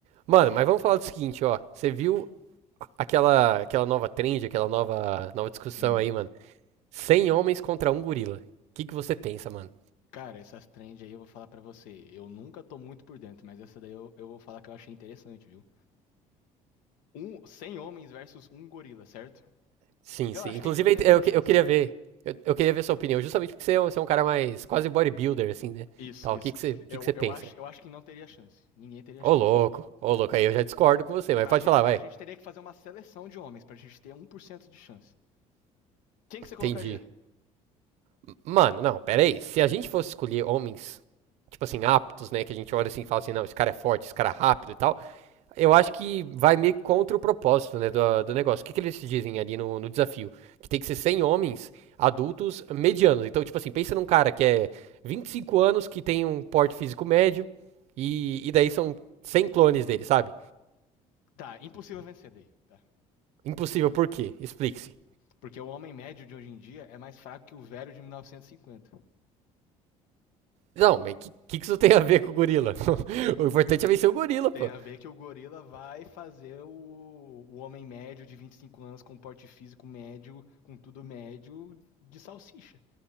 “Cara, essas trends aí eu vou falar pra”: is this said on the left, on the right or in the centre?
Left